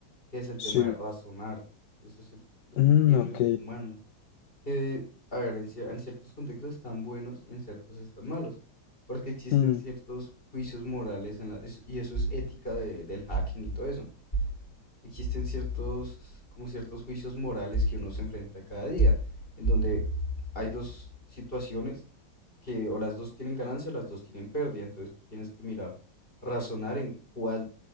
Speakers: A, on the left; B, on the left.
A: que es el tema
B: Sí.
A: de razonar. Eso es el- lo
B: Mm,
A: que tienen
B: ok.
A: los seres humanos. Que, a ver, en, cier- en ciertos contextos están buenos y en ciertos están malos. Porque existen
B: Mm,
A: ciertos juicios morales en la, es- y eso es ética de- del hacking y todo eso. Existen ciertos, como ciertos juicios morales que uno se enfrenta cada día, en donde hay dos situaciones que o las dos tienen ganancia o las dos tienen pérdida. Entonces tú tienes que mirar, razonar en cuál